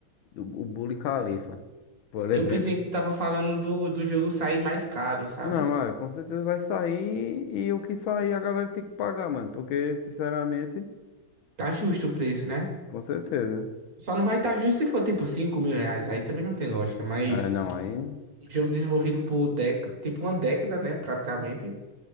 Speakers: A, on the left; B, on the right.
A: do o Burj Khalifa, por
B: Eu
A: exemplo.
B: pensei que tu tava falando do, do jogo sair mais caro, sabe?
A: Não, olha, com certeza vai sair e o que sair a galera tem que pagar, mano, porque sinceramente,
B: Tá justo o preço, né?
A: com certeza.
B: Só não vai estar justo se for tipo cinco mil reais. Aí também não tem lógica. Mas
A: né? É, não, aí
B: um jogo desenvolvido por déc tipo uma década, né? Praticamente.